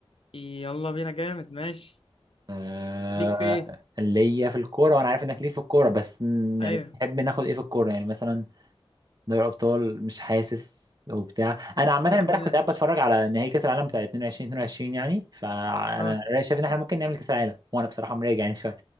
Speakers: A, on the left (about 65°); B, on the right (about 45°).
A: يلا بينا جامد ماشي
B: آه...
A: ليك في ايه
B: ليا في الكوره وانا عارف انك ليه في الكوره بس ن-
A: ايوه
B: يعني تحب ناخد ايه في الكوره يعني مثلا دوري ابطال مش حاسس وبتاع انا عامه
A: لا
B: امبارح
A: بلاش
B: كنت قاعد بتفرج على نهائي كاس العالم بتاع 22 22 يعني فانا
A: اه
B: رأيي شايف ان احنا ممكن نعمل كاس العالم وانا بصراحه مراجع يعني شويه